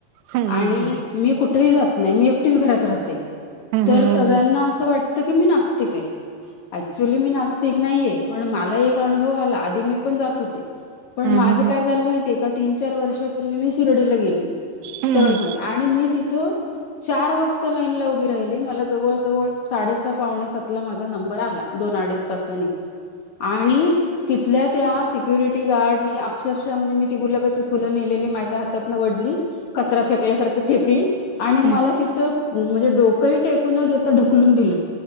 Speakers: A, on the right (about 85°); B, on the left (about 65°).
A: हम्म
B: आणि मी कुठेही जात नाही मी एकटीच घरात राहत ते
A: हम्म
B: तर
A: हम्म
B: सगळ्यांना असं वाटत की मी नास्तिक आहे अक्चुली मी नास् तिक नाहीेये पण मला एक अनुभव आला आधी मी पण जात होते पण
A: हम्म
B: माझ
A: हम्म
B: काय झालं माहिये का तीन चार वर्षापूर्वी मी शिर्डीला गेली
A: हम्म
B: सरळ
A: हम्म हम्म
B: सांगते आणि मी तिथं चार वाजता लाईन ला उभी राहिली मला जवळ साडेसा पावणेसात ला माझा नंबर आला दोन अडीच तासानी आणि तिथल्या त्या सिक क्युरिटी गार्ड नी अक्षरशः म्हणजे मी ती गुलाबाची फुलं नेलेली माझ्या हातातन वडली कचरा फेकल्यासारखी फेकली आणि
A: हम्म
B: मला तिथं म्हणजे डोकंही टेकूू न देता ढकलून दिलंय.